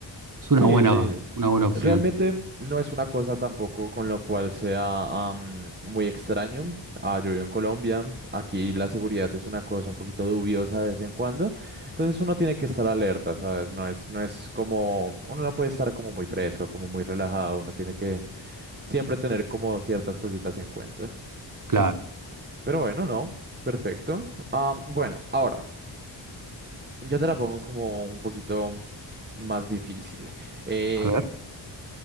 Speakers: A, on the right; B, on the right.
A: es una
B: Sí,
A: buena,
B: sí.
A: una buena opción.
B: Realmente no es una cosa tampoco con lo cual sea am, muy extraño. Ah, yo vivo en Colombia, aquí la seguridad es una cosa un poquito dubiosa de vez en cuando, entonces uno tiene que estar alerta, ¿sabes? No es, no es como, uno no puede estar como muy fresco, como muy relajado, uno tiene que siempre tener como ciertas cositas en cuenta.
A: Claro.
B: Pero bueno, no, perfecto. Ah, bueno, ahora, yo te la pongo como un poquito más difícil. Eh,
A: A ver.